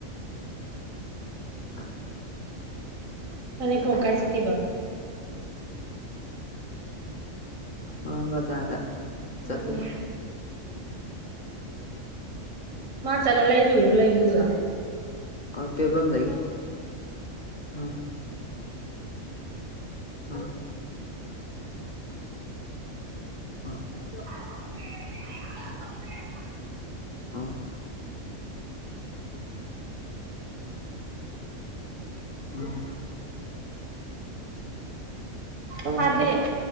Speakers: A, on the left (about 40°); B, on the right (about 80°).
A: ꯑ
B: ꯃꯅꯦꯝꯄꯣꯛꯅ
A: ꯀꯗꯥꯏ
B: ꯀꯥꯢ
A: ꯆ
B: ꯆꯠꯈꯤꯕꯥ
A: ꯑꯥꯍ ꯕꯖꯥꯔ ꯗ ꯆꯠꯈꯤꯕꯥ
B: ꯎꯝ ꯃꯥ ꯆꯠꯂꯥ ꯂꯩꯔꯨꯏꯔꯣ ꯂꯩꯕꯗꯨꯖꯨ
A: ꯑꯣ ꯄꯦꯕꯝꯗꯒꯤ ꯑ ꯎꯝ ꯑ ꯑꯗꯣ
B: <inaudible>
A: ꯑꯥ ꯎꯝ
B: ꯍꯥꯏꯕꯗꯤ